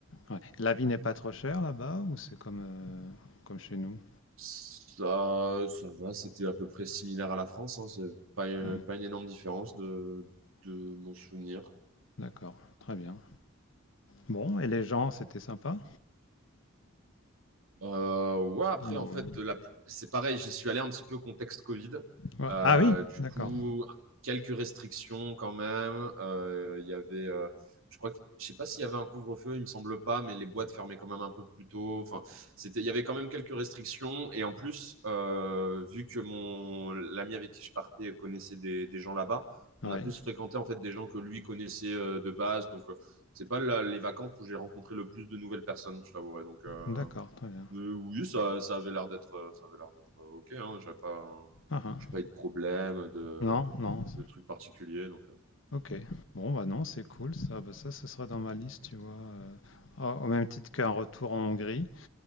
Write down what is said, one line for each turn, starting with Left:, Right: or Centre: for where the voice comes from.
Left: Ouais. La vie n'est pas trop chère là-bas ou c'est comme, heu, comme chez nous?
Right: Ça, ça va, c'était à peu près similaire à la France, hein. C'est pas,
Left: Hein.
Right: pas une énorme différence de, de mon souvenir.
Left: D'accord, très bien. Bon, et les gens, c'était sympa?
Right: Euh, ouais, après,
Left: Normal.
Right: en fait, la pl- c'est pareil, j'y suis allé un petit peu contexte Covid.
Left: Ouais.
Right: Euh,
Left: Ah oui,
Right: du
Left: d'accord.
Right: coup, quelques restrictions quand même. Euh, Il y avait, euh, je crois que, je sais pas s'il y avait un couvre-feu, il me semble pas, mais les boîtes fermaient quand même un peu plus tôt. Enfin, c'était, il y avait quand même quelques restrictions. Et en plus, euh, vu que mon, l'ami avec qui je partais connaissait des, des gens là-bas,
Left: Ouais,
Right: on a plus fréquenté en fait des gens que lui connaissait euh, de base. Donc, euh, c'est pas la- les vacances où j'ai rencontré le plus de nouvelles personnes, je t'avouerai. Donc, euh,
Left: d'accord, très bien.
Right: mais oui, ça, ça avait l'air d'être, ça avait l'air d'être euh, OK, hein. J'avais pas,
Left: Ah ah.
Right: j'ai pas eu de problème, de,
Left: Non, non. c-
Right: de trucs particuliers, donc. euh.
Left: Ok. Bon, bah non, c'est cool ça. Bah ça, ce sera dans ma liste, tu vois. euh. Ah, au même titre qu'un retour en Hongrie.